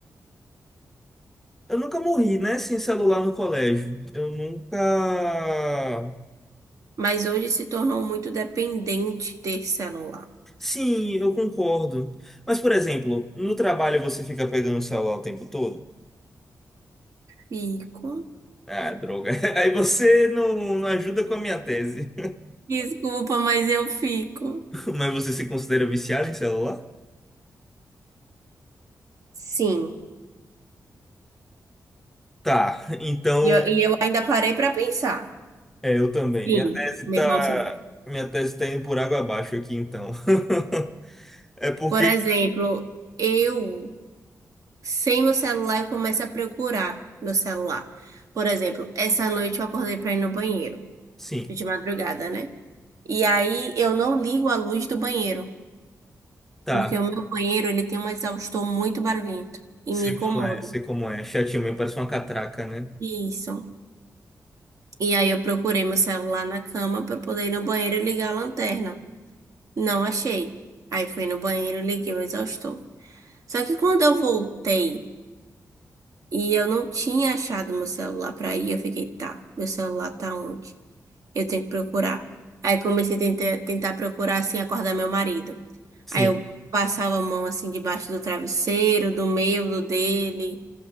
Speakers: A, in the centre; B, on the right.
A: eu nunca morri, né, sem celular no colégio. Eu nunca...
B: mas hoje se tornou muito dependente ter celular.
A: Sim, eu concordo. Mas, por exemplo, no trabalho você fica pegando o celular o tempo todo?
B: Fico.
A: Ah, droga. <laughs> Aí você não, não ajuda com a minha tese.
B: Desculpa, mas eu fico.
A: <laughs> Mas você se considera viciado em celular?
B: Sim.
A: Tá, então
B: E eu, e eu ainda parei para pensar.
A: É, eu também.
B: Sim,
A: Minha tese
B: me
A: tá,
B: considero.
A: minha tese tá indo por água abaixo aqui, então. <laughs> É porque,
B: Por exemplo, eu, sem meu celular, eu começo a procurar meu celular. Por exemplo, essa noite eu acordei para ir no banheiro,
A: sim,
B: de madrugada, né? E aí eu não ligo a luz do banheiro,
A: tá.
B: porque o meu banheiro ele tem um exaustor muito barulhento e
A: Sei
B: me incomoda.
A: como é, sei como é. Chatinho mesmo, parece uma catraca, né?
B: Isso. E aí eu procurei meu celular na cama para poder ir no banheiro e ligar a lanterna. Não achei. Aí fui no banheiro, liguei o exaustor. Só que quando eu voltei e eu não tinha achado meu celular para ir, eu fiquei, tá, meu celular tá onde? Eu tenho que procurar. Aí comecei a tentar, tentar procurar assim, acordar meu marido.
A: Sim.
B: Aí eu passava a mão assim debaixo do travesseiro, do meu, do dele.